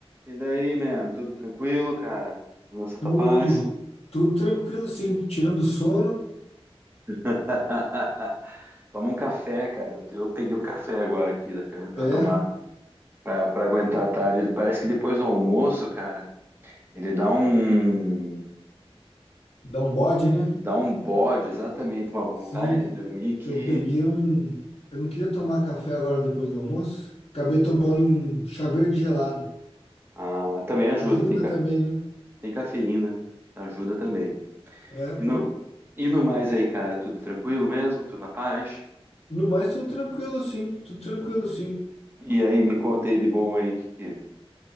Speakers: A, on the right (about 20°); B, on the left (about 70°).
A: E daí, man? Tudo tranquilo, cara? Nossa,
B: Tudo,
A: tá Paz?
B: tudo tranquilo, sim. Tirando o sono,
A: <laughs> Toma um café, cara. Eu, eu peguei um café agora aqui da- pra
B: é,
A: tomar, pra, pra aguentar a tarde. Parece que depois do almoço, cara, ele dá um,
B: dá um bode, né?
A: dá um bode, exatamente, uma vontade
B: Sim,
A: de dormir que
B: eu peguei um. Eu não queria tomar café agora depois do almoço. Acabei tomando um chá verde gelado.
A: ah, também ajuda.
B: Ajuda
A: Tem, ca-
B: também, né?
A: tem cafeína, ajuda também.
B: É, pô.
A: E no, e no mais aí, cara, tudo tranquilo mesmo? Tudo na paz?
B: No mais, tudo tranquilo, sim. Tudo tranquilo, sim.
A: E aí, me conta aí de bom aí, que, que,